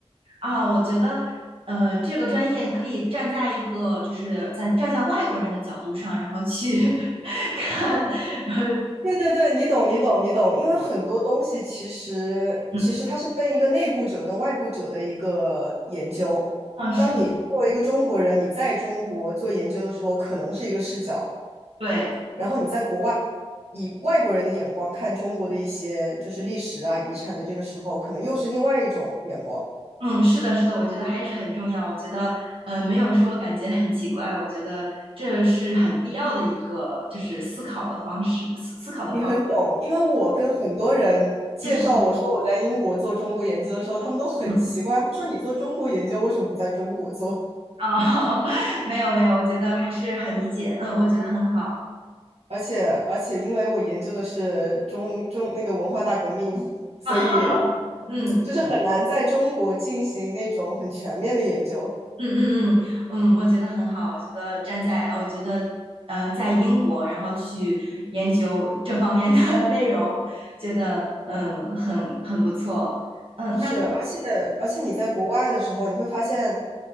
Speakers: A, on the right; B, on the right.
A: 啊，我觉得呃，这个专业可以站在一个就是在站在外国人的角度上，然后去 <laughs> 看，呃
B: 对对对，你懂，你懂，你懂，因为很多东西其实其实它是分一个内部者跟外部者的一个研究。
A: 嗯嗯，是的
B: 当你作为一个中国人，你在中国做研究的时候，可能是一个视角，
A: 对，
B: 然后你在国外以外国人的眼光看中国的一些就是历史啊、遗产的这个时候，可能又是另外一种眼光。
A: 嗯，是的，是的，我觉得还是很重要。我觉得呃，没有说感觉很奇怪，我觉得这是很必要的一个就是思考的方式，思思考的方
B: 你很懂，因为我跟很多人介绍我说我在英国做中国研究的时候，
A: 嗯嗯
B: 他们都很奇怪，
A: 嗯
B: 说你做中国研究为什么不在中国做？
A: 啊，<laughs> 没有没有，我觉得还是很理解，嗯，我觉得很好
B: 而且而且，因为我研究的是中中那个文化大革命，所以
A: 啊，<laughs> 嗯。
B: 就是很难在中国进行那种很全面的研究。
A: 嗯嗯嗯嗯，我觉得很好。我觉得站在，呃我觉得呃，在英国，然后去研究这方面的 <laughs> 内容，觉得嗯，很很不错。嗯，
B: 是，
A: 那
B: 而且而且你在国外的时候，你会发现